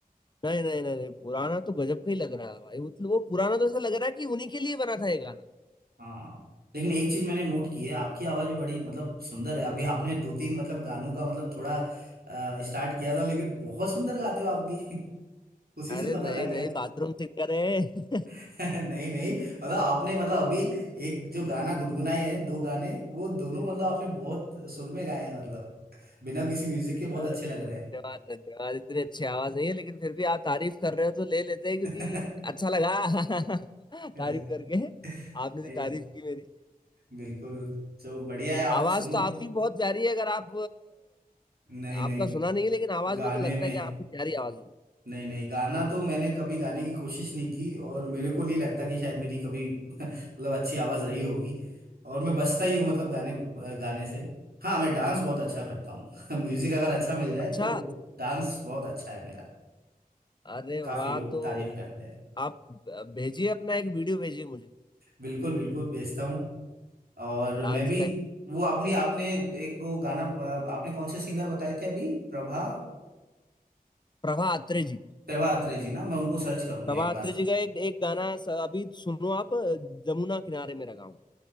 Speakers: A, on the left; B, on the right.
A: नहीं नहीं नहीं नहीं पुराना तो गजब का ही लग रहा है भाई मतलब वो पुराना तो ऐसा लग रहा है कि उन्हीं के लिए बना था ये गाना
B: हाँ लेकिन एक चीज मैंने नोट की है आपकी आवाज भी बड़ी मतलब सुंदर है अभी आपने दो तीन मतलब गानों का मतलब थोड़ा स्टार्ट किया था लेकिन बहुत सुंदर गाते हो आप भी <laughs> उसी से
A: अरे
B: पता
A: नहीं
B: लग गया
A: नहीं बाथरूम सिंगर है
B: <laughs> नहीं नहीं मतलब आपने मतलब अभी एक जो गाना गुनगुनाए हैं दो गाने वो दोनों मतलब आपने बहुत सुर में गाए हैं मतलब बिना किसी म्यूजिक के बहुत
A: अरे
B: अच्छे लग रहे
A: धन्यवाद धन्यवाद इतनी अच्छी आवाज नहीं है लेकिन फिर भी आप तारीफ कर रहे हो तो ले लेते हैं क्योंकि
B: हैं
A: अच्छा लगा <laughs>
B: <laughs>
A: तारीफ करके आपने
B: नहीं
A: जो तारीफ की मेरी
B: बिल्कुल तो बढ़िया है आप
A: आवाज
B: सुनो
A: तो आपकी बहुत प्यारी है अगर आप
B: नहीं
A: अ,
B: नहीं
A: आपका सुना नहीं है लेकिन आवाज
B: गाने
A: मेरे को लगता
B: में
A: है कि आपकी प्यारी आवाज है
B: नहीं नहीं गाना तो मैंने कभी गाने की कोशिश नहीं की और मेरे को नहीं लगता कि शायद मेरी कभी <laughs> मतलब अच्छी आवाज रही होगी और मैं बजता ही हूँ मतलब गाने गाने से हाँ मैं डांस बहुत अच्छा करता हूँ <laughs> म्यूजिक अगर अच्छा मिल जाए
A: अच्छा
B: तो डांस बहुत अच्छा है मेरा
A: अरे
B: काफी
A: वाह
B: लोग
A: तो
B: तारीफ करते हैं
A: आप भेजिए अपना एक वीडियो भेजिए मुझे
B: बिल्कुल बिल्कुल भेजता हूँ और
A: डांस
B: मैं भी
A: का एक
B: वो आपने आपने एक वो गाना आपने कौन से सिंगर बताए थे अभी प्रभा
A: प्रभा अत्रे जी
B: प्रभा अत्रे जी ना मैं उनको सर्च करूंगा
A: प्रभा
B: एक बार
A: अत्रे जी का एक, एक गाना स- अभी सुनो आप जमुना किनारे मेरा गाँव